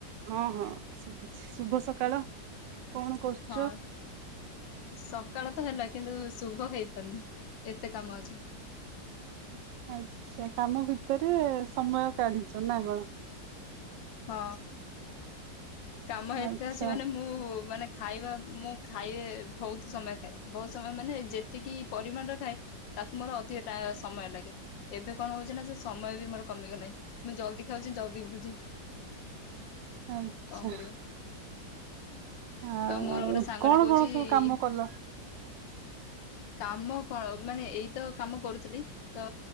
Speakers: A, on the right (about 80°); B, on the left (about 85°).
A: ହଁ ହଁ ଶୁଭୁଛି ଶୁଭ ସକାଳ କଣ କରୁଛ?
B: ହଁ ସକାଳ ତ ହେଲା କିନ୍ତୁ ଶୁଭ ହେଇପାରୁନି। କାମ ଅଛି।
A: ଆଚ୍ଛା କାମ ଭିତରେ ଭିତରେ ସମୟ କାଢିଛ ନା କଣ?
B: ହଁ କାମ ଏତେ
A: ଆଚ୍ଛା।
B: ଅଛି ମାନେ ମୁଁ ମାନେ ଖାଇବା ମୁଁ ଖାଇଲେ ବହୁତ ସମୟ ଖାଏ ବହୁତ ସମୟ ମାନେ ଯେତିକି ପରିମାଣରେ ଖାଏ। ତାକୁ ମୋର ଅଧିକ ଟା ସମୟ ଲାଗେ ଏବେ କଣ ହଉଛି ନା ସେ ସମୟ ବି ମୋର କମିଗଲାଣି ମୁଁ ଜଲଦି ଖାଉଛି ଜଲଦି ଉଠୁଛି।
A: ଆଚ୍ଛା।
B: କଣ କରିବା।
A: ଆଉ
B: ତ ମୋର ଗୋଟେ ସାଙ୍ଗଟେ
A: କଣ
B: କହୁଛି
A: କଣ ସବୁ କାମ କଲ?
B: କାମ କଣ ମାନେ ଏଇତ କାମ କରୁଥିଲି ତ